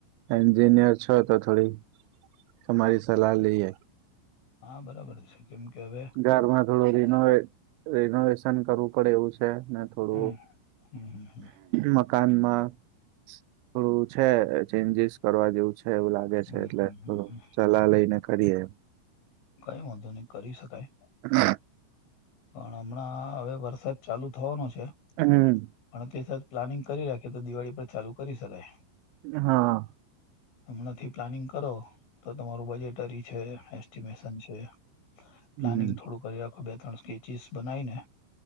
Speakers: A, on the right (about 85°); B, on the left (about 80°).
A: એન્જિનિયર છો તો થોડી તમારી સલાહ લઈએ.
B: હા બરાબર છે કેમ કે હવે
A: ઘરમાં થોડું રિનોવેટ રિનોવેશન કરવું પડે એવું છ છે ને થોડું
B: હમ હમ હમ હમ
A: મક કાનમાં થોડું છે, ચેન્જીસ કરવા જેવું છે. છે એવું લાગે છે
B: હમ
A: એટલે
B: હમ હમ
A: થોડું
B: હમ.
A: ચલા લઈને કરીએ એમ.
B: કઈ વાંધો નહીં કરી શકાય.
A: <inaudible>
B: પણ હમણાં હવે વરસાદ ચાલુ થવાનો છે. છે.
A: હમ
B: પણ તે સાથ પ્લાનિંગ કરી રાખીએ તો દિવાળી પર ચાલુ કરી શકાય.
A: હા
B: હમણાંથી પ્લાનિંગ કરો તો તમારું બજેટરી છે, એસ્ટિમેશન છે.
A: હમ
B: પ્લાનિંગ થોડું કરી રાખો બે ત્રણ સ્કેચિસ બનાઈને